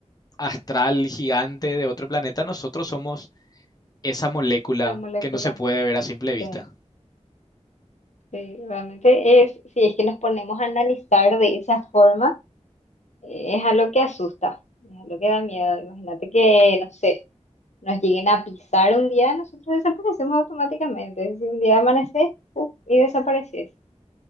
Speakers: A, on the left (about 30°); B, on the left (about 70°).
A: astral gigante de otro planeta, nosotros somos esa molécula
B: La molécula.
A: que no se puede ver a simple vista.
B: Sí. Sí, realmente es, si es que nos ponemos a analizar de esa forma, eh, es algo que asusta, es algo que da miedo. Imagínate que, no sé, nos lleguen a pisar un día, nosotros desaparecemos automáticamente. Si un día amaneces, puf, y desapareces.